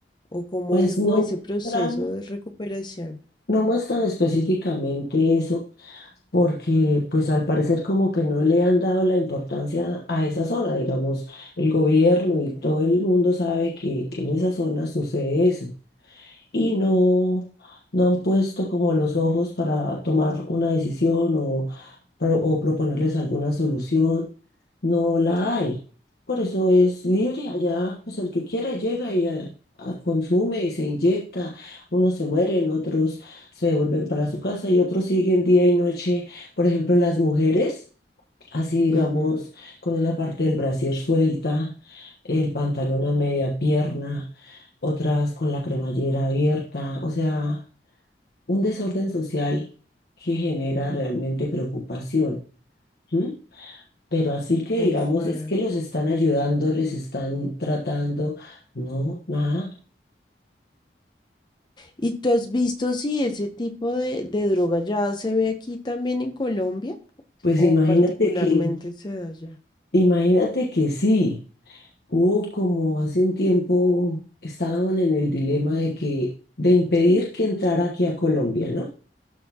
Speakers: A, on the left (about 25°); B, on the left (about 60°).
A: o cómo
B: Pues
A: es
B: no
A: como ese proceso
B: muestran
A: de recuperación?
B: No muestran específicamente eso porque pues al parecer como que no le han dado la importancia a esa zona, digamos, el gobierno
A: Ok.
B: y todo el mundo sabe que en esa zona sucede eso y no, no han puesto como los ojos para tomar una decisión o, pro- o proponerles alguna solución. No la hay. Por eso es libre allá, pues el que quiera llega y eh, a- consume y se inyecta. Unos se mueren, otros se vuelven para su casa y otros siguen día y noche. Por ejemplo, las mujeres así digamos,
A: Ujú,
B: con una parte del brasier suelta, el pantalón a media pierna, otras con la cremallera abierta, o sea, un desorden social que genera realmente preocupación. ¿m? Pero así que
A: Muy
B: digamos,
A: fuerte.
B: es que los están ayudando, les están tratando, no, nada.
A: ¿Y tú has visto si ese tipo de, de droga ya se ve aquí también en Colombia
B: Pues
A: o
B: imagínate
A: particularmente
B: que,
A: se da allá?
B: imagínate que sí. Hubo como hace un tiempo estaban en el dilema de que de impedir que entrara aquí a Colombia, ¿no?